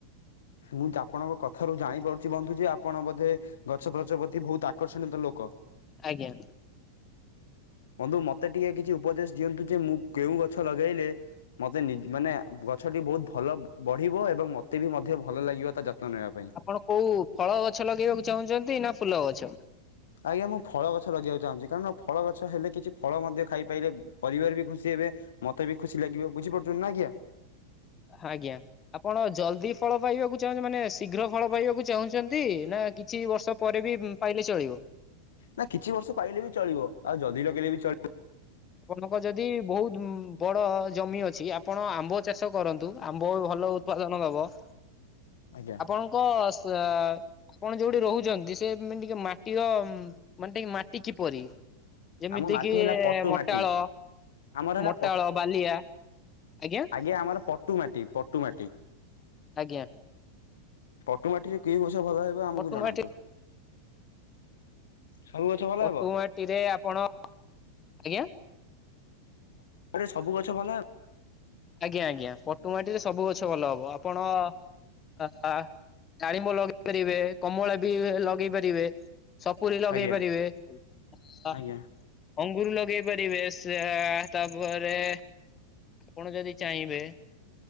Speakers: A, on the left (about 65°); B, on the left (about 25°).
A: ମୁଁ ତ ଆପଣଙ୍କ କଥାରୁ ଜାଣିପାରୁଚି ବନ୍ଧୁ ଯେ, ଆପଣ ବୋଧେ ଗଛ ଫଛ ପ୍ରତି ବହୁତ ଆକର୍ଷଣୀତ ଲୋକ।
B: ଆଜ୍ଞା।
A: ବନ୍ଧୁ ମତେ ଟିକେ କିଛି ଉପଦେଶ ଦିଅନ୍ତୁ ଯେ, ମୁଁ କେଉଁ ଗଛ ଲଗେଇଲେ ମତେ ନି ମାନେ ଗଛଟି ବହୁତ ଭଲ ବଢିବ ଏବଂ ମତେ ବି ମଧ୍ୟ ଭ ଭଲ ଲାଗିବ ତା ଯତ୍ନ ନେବା ପାଇଁ।
B: ଆପଣ କୋଉ ଫଳ ଗଛ ଲଗେଇବାକୁ ଚାହୁଁଛନ୍ତି ନା ଫୁଲ ଗଛ।
A: ଆଜ୍ଞା ମୁଁ ଫଳ ଗଛ ଲଗେଇବାକୁ ଚାହୁଁଛି କାରଣ ଫଳ ଗଛ ହେଲେ କିଛି ଫଳ ମଧ୍ୟ ଖାଇପାରିଲେ ପରିବାର ବି ଖୁସି ହେବେ। ମତେ ବି ଖୁସି ଲାଗିବ ବୁଝିପାରୁଛୁ ନା ଆଜ୍ଞା।
B: ଆଜ୍ଞା। ଆପଣ ଜଲଦି ଫଳ ପାଇବାକୁ ଚାହୁଁଛନ୍ତି ମାନେ ଶୀଘ୍ର ଫଳ ପାଇବାକୁ ଚାହୁଁଛନ୍ତି ନା କିଛି ବର୍ଷ ପରେ ବି ଉଁ। ପାଇଲେ ଚଳିବ।
A: ନା କିଛି ବର୍ଷ ପାଇଲେ ବି ଚଳିବ ଆଉ ଜଲଦି ଲଗେଇଲେ ବି ଚଳିବ।
B: ଆପଣଙ୍କର ଯଦି ବହୁତ୍ ବଡ ଜମି ଅଛି ଆପଣ ଆମ୍ବ ଚାଷ କରନ୍ତୁ ଆମ୍ବ ଭଲ ହ। ଉପ୍ତାଦନ ହବ ତ।
A: ଆଜ୍ଞା।
B: ଆପଣଙ୍କ ସେ। ଆପଣ ଯୋଉଠି ରହୁଛନ୍ତି ସୋନ ଟିକେ ମାଟିର ମାନେ ଟିକେ ମାଟି କିପରି। ଯେମିତି
A: ଆମ ମାଟି
B: କିି
A: ହେଲା ପଟୁ
B: ମଟାଳ
A: ମାଟି ଆମର ହେଲା
B: ମଟାଳ ବାଲିଆ ଆଜ୍ଞା।
A: ଏ ଆମର ପଟୁ ମାଟି ପଟୁ ମାଟି।
B: ଆଜ୍ଞା।
A: ପଟୁ ମାଟିରେ କି ବର୍ଷ ଭଲ ହେବ ଆମକୁ
B: ପଟୁମାଟି
A: ଜଣାନ୍ତୁ <unintelligible> ସବୁ ଗଛ ଭଲ
B: ପଟୁ
A: ହେବ
B: ମାଟିରେ ଆପଣ ଆଜ୍ଞା।
A: ଆରେ ସବୁ ଗଛ ଭଲ ହେବ।
B: ଆଜ୍ଞା ଆଜ୍ଞା ପଟୁ ମାଟିରେ ସବୁ ଗଛ ଭଲ ହବ ଆପଣ। ଅ ଡାଳିମ୍ବ ଲଗେଇ ପାରିବେ କମଳା ବି ଲଗେଇ ପାରିବେ। ସପୁରୀ ଲଗେଇ
A: ଆଜ୍ଞା
B: ପାରିବେ ହ।
A: ଆଜ୍ଞା
B: ଅଙ୍ଗୁରୁ ଲଗେଇ ପାରିବେ ସେ ତାପରେ। ଆପଣ ଯଦି ଚାହିଁବେ।